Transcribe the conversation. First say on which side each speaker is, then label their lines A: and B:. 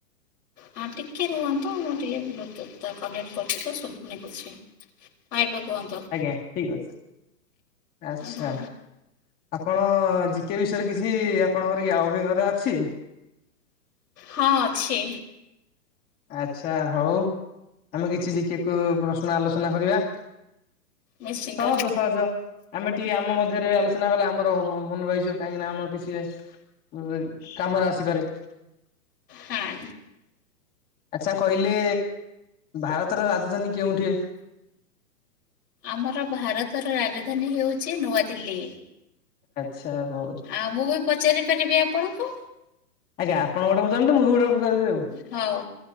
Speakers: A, on the left; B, on the left.
A: ହଁ ଟିକେ ରୁହନ୍ତୁ ମୁଁ ଟିକେ ବ୍ଲୁଥ୍ ଟୁ ଟା କନେକ୍ଟ କରୁଛି ତ ସବୁୁନି କିଛି। ହଁ ଏବେ କୁହନ୍ତୁ।
B: ଆଜ୍ଞା ଠିକ୍ ଅଛି। ଆଚ୍ଛା।
A: ହଁ
B: ଆପଣ ଜିକେ ବିଷୟରେ କିଛି ଆପଣଙ୍କର କି ଅଭିଜ୍ଞତା ଅଛି।
A: ହଁ ଅଛି।
B: ଆଚ୍ଛା ହଉ ଆମେ କିଛି ଜିକେକୁ ପ୍ରଶ୍ନ ଆଲୋଚନା କରିବା।
A: ନିଶ୍ଚିନ୍ତ
B: ସହଜ ସହଜ। ଆମେ ଟିକେ ଆମ ମଧ୍ୟରେ ଆଲୋଚନା କଲେ ଆମର ମନେ ରହିଯିବ। କାହିଁକି ନା ଆମର କିଛି ଉ କାମରେ ଆସିପାରେ।
A: ହଁ
B: ଆଚ୍ଛା କହିଲେ ଭାରତର ରାଜଧାନୀ କେଉଁଠି?
A: ଆମର ଭାରତର ରାଜଧାନୀ ହେଉଛି ନୂଆଦିଲ୍ଲୀ।
B: ଆଚ୍ଛା ହ।
A: ଆଉ ମୁଁ ବି ପଚାରି ପାରିବି ଆପଣଙ୍କୁ?
B: ଆଜ୍ଞା ଆପଣ ଗୋଟେ ପଚାରନ୍ତୁ। ମୁଁ ବି ଗୋଟେ ପଚାରିବି ଆଉ।
A: ହଉ